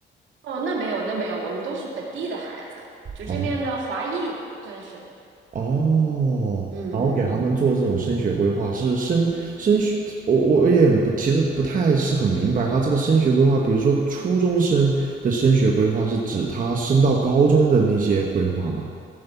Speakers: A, on the right (about 70°); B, on the right (about 40°).
A: 哦，那没有，那没有，我们都是本地的孩子，就这面的华裔算是。
B: 哦哦，
A: 嗯嗯。
B: 然后给他们做这种升学规划，是升升学，我我有点不，其实不太是很明白他这个升学规划，比如说初中生的升学规划是指他升到高中的那些规划吗？